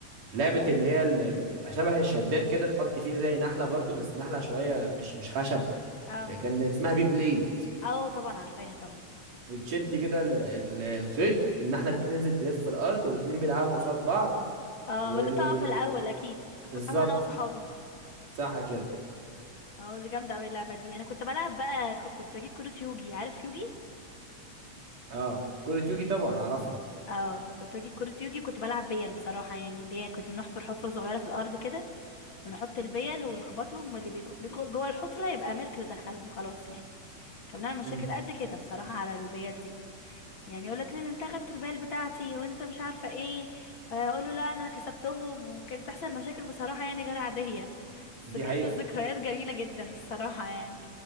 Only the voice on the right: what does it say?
لعبة اللي هي ال- شبه الشداد كده تحط فيه زي نحلة برضو بس نحلة شوية مش مش خشب
كان اسمها بي بليد
وتشد كده ال- ال- الخيط النحلة تنزل تلف في الأرض واتنين بيلعبوا قصاد بعض
واللي
بالظبط
صح كده
اه كل يوجي طبعا أعرفها
امم
دي
حقيقة